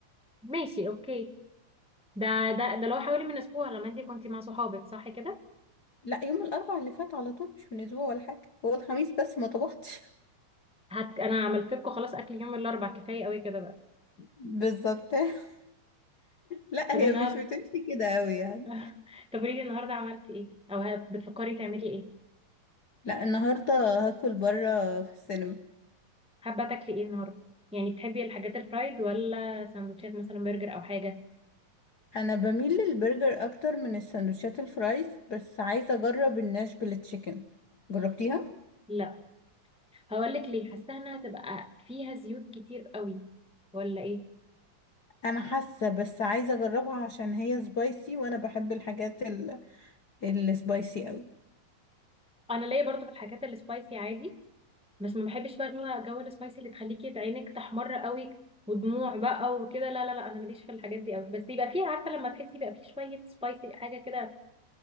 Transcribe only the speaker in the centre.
ماشي اوكي ده ده ده لو حوالي من اسبوع لما انتي كنتي مع صحابك صح كده
هت... انا عملت لكم خلاص اكل يوم الاربع كفاية قوي كده بقى
طب
النهارده
<laughs> طب قولي لي النهارده عملتي ايه او ه- بتفكري تعملي ايه
حابة تاكلي ايه النهاردة يعني بتحبي الحاجات الفرايد ولا سندوتشات مثلا برجر او حاجة
لا هقولك ليه حاسة انها هتبقى فيها زيوت كتير قوي ولا ايه
انا ليا برضو في الحاجات السبايسي عادي بس ما بحبش بقى اللي هو جو السبايسي اللي تخليكي عينك تحمر قوي ودموع بقى وكده لا لا لا انا ماليش في الحاجات دي قوي بس يبقى فيها عارفة لما تحسي يبقى فيه شوية سبايسي حاجة كده